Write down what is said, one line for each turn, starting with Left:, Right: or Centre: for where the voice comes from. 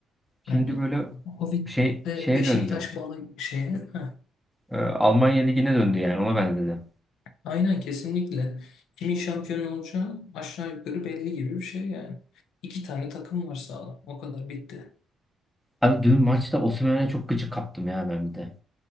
Centre: Şimdi
Left: Yani
Centre: böyle
Left: Covid'de
Centre: şey şeye
Left: Beşiktaş
Centre: döndü.
Left: bağlı şeye. heh,
Centre: E, Almanya Ligi'ne döndü yani ona benzedi.
Left: aynen kesinlikle. Kimin şampiyon olacağı aşağı yukarı belli gibi bir şey yani. İki tane takım var sağlam. O kadar bitti.
Centre: Abi dün maçta Osimhen'e çok gıcık kaptım ya ben bir de.